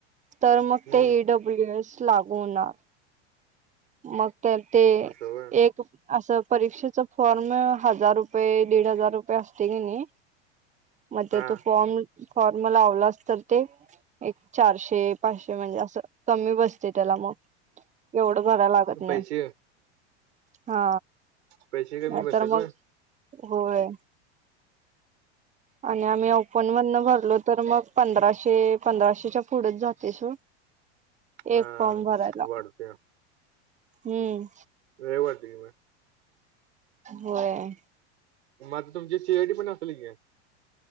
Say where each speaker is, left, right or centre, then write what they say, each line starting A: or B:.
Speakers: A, on the right; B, on the right.
A: तर मग
B: हम्म
A: ते ईडब्ल्यू एस लागू होणार मग तर ते
B: असं होय
A: एक असं परीक्षेच फॉर्म हजार रुपये दीड हजार रुपये असते की नाही मग ते
B: हा
A: तो फॉर्म फॉर्म लावलास तर ते एक चारशे पाचशे म्हणजे असं कमी बसते त्याला मग एवढं घरा लागत
B: पैसे
A: नाही हा
B: पैसे कमी
A: नाही
B: बसतात
A: तर
B: होय
A: मग होय आणि आम्ही ओपन मधन भरलो तर मग पंधराशे पंधराशेच्या पुढेच जातेस
B: हा
A: एक फॉर्म भरायला
B: वाढते
A: हम्म
B: रेवटी म
A: होय
B: मझ तुमची सी आयडी पण असली की